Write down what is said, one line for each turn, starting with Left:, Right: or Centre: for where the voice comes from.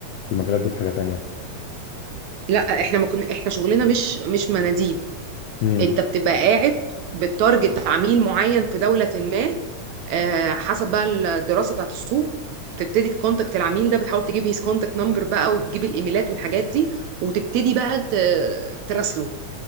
Left: في المجالات دي بحاجه تانية
Right: لا احنا ما كنا احنا شغلنا مش مش مناديل
Left: امم
Right: انت بتبقى قاعد بتارجت عميل معين في دولة ما آه، حسب بقى الدراسة بتاعت السوق تبتدي تكونتاكت العميل ده بتحاول تجيب هيز كونتاكت نمبر بقى وبتجيب الايميلات والحاجات دي وتبتدي بقى ت- تراسله